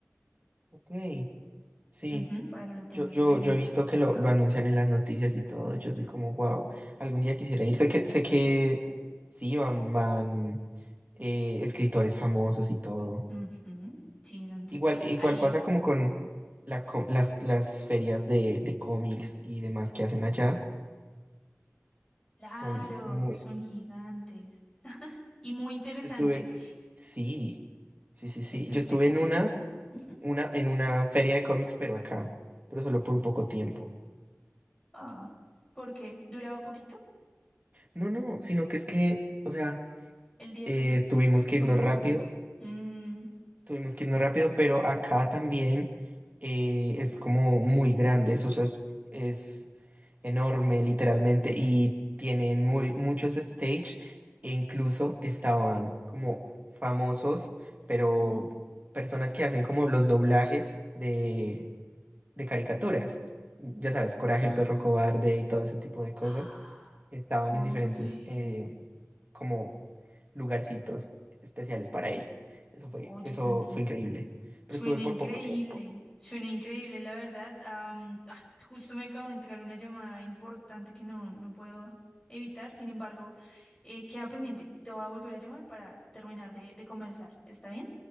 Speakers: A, on the right; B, on the left.
A: ok, sí.
B: Ujú, para que lo tengas
A: Yo, yo,
B: presente.
A: yo he visto que lo, lo anuncian en las noticias y todo. Yo soy como, wow, algún día quisiera ir. Sé que, sé que sí, van, van eh, escritores famosos y todo.
B: Ujú, Sí, Santi.
A: Igual, igual
B: Ahí,
A: pasa como con la com- las, las ferias de, de cómics y demás que hacen allá.
B: claro,
A: Son muy...
B: son gigantes <laughs> y muy interesantes.
A: yo Estuve, sí, sí, sí, sí.
B: ¿Estuviste
A: Yo estuve
B: qué?
A: en una,
B: Ujú.
A: una, en una feria de cómics, pero acá, pero solo por un poco tiempo.
B: Ah, porque duraba poquito
A: No, no, sino que es que, o sea,
B: el día
A: eh,
B: que fuiste.
A: tuvimos que
B: Fue
A: irnos
B: muy
A: rápido
B: poco tiempo. Mm,
A: Tuvimos que irnos rápido, pero acá también eh, es como muy grande, eso, o sea, es, es enorme literalmente y tienen muri- muchos stage e incluso estaban como famosos, pero
B: ujú.
A: personas que hacen como los doblajes de, de caricaturas, ya sabes,
B: <gasps>
A: Coraje,
B: Ah,
A: el perro cobarde y todo ese tipo de cosas,
B: ah,
A: estaban
B: Oye.
A: en diferentes eh, como lugarcitos especiales para ellos. Eso fue,
B: Oye,
A: eso
B: Santi.
A: fue increíble. Pero
B: Suena
A: estuve por
B: increíble,
A: poco tiempo.
B: suena increíble, la verdad. Am, ah, justo me acabo de entrar una llamada importante que no, no puedo evitar, sin embargo, eh, queda pendiente. Te voy a volver a llamar para terminar de, de conversar. ¿Está bien?